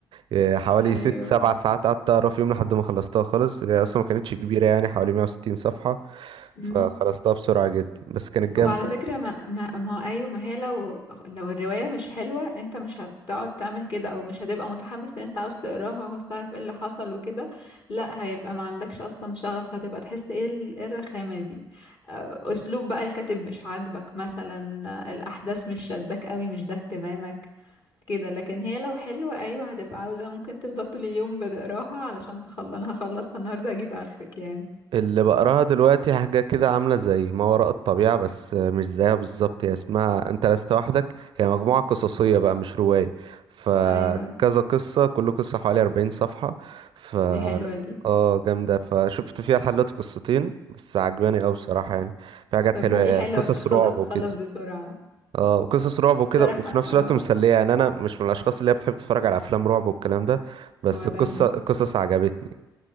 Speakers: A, on the right; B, on the left.
A: آه، حوالي
B: أيوة
A: ست سبع ساعات قعدت أقرا في يوم لحد ما خلصتها خالص هي أصلا ما كانتش كبيرة يعني حوالي 160 صفحة
B: أيوة
A: فخلصتها بسرعة جدا بس كانت جامدة
B: وعلى فكرة ما ما ما هو أيوة ما هي لو لو الرواية مش حلوة انت مش هتقعد تعمل كده او مش هتبقى متحمس ان انت عاوز تقراها وعاوز تعرف ايه اللي حصل وكده لا هيبقى ما عندكش اصلا شغف هتبقى تحس ايه ال- إيه الرخامة دي آه، اسلوب بقى الكاتب مش عاجبك مثلا آه، الاحداث مش شداك قوي مش ده اهتمامك كده لكن هي لو حلوة ايوه هتبقى عاوزة ممكن تفضل طول اليوم بتقراها علشان تخلص انا هخلصها النهاردة هجيب اخرك يعني
A: اللي بقراها دلوقتي حاجة كده عاملة زي ما وراء الطبيعة بس مش زيها بالظبط هي اسمها أنت لست وحدك هي مجموعة قصصية بقى مش رواية فكذا
B: ايوه
A: قصة كل قصة حوالي أربعين صفحة ف
B: دي حلوة دي
A: اه جامدة فشفت فيها لحد دلوقتي قصتين بس عجباني أوي بصراحة يعني في حاجات
B: طب
A: حلوة
B: ما دي
A: هي
B: حلوة
A: قصص
B: بتخلص
A: رعب
B: بتخلص
A: وكده
B: بسرعة
A: اه وقصص رعب وكده
B: بصراحة
A: وفي نفس
B: اه
A: الوقت مسلية يعني أنا مش من الأشخاص اللي هي بتحب تتفرج على أفلام رعب والكلام ده بس
B: ولا
A: القصة
B: انا
A: القصص عجبتني